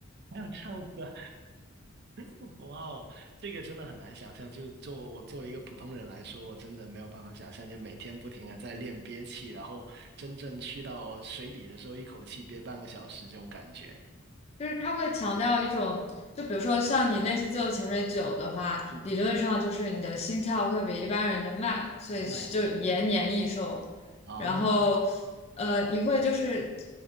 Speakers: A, on the right; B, on the left.
A: 还有这样子啊 <laughs> 哇哦，这个真的很难想象。就做我作为一个普通人来说，我真的没有办法想象，就每天不停的在练憋气，然后真正去到水底的时候，一口气憋半个小时这种感觉。
B: 就是他会强调一种，就比如说像你练习自由潜水久的话，
A: 嗯，
B: 理论上就是你的心跳会比一般人的慢，所以就延年益寿。
A: 慢啊，
B: 然后呃，你会就是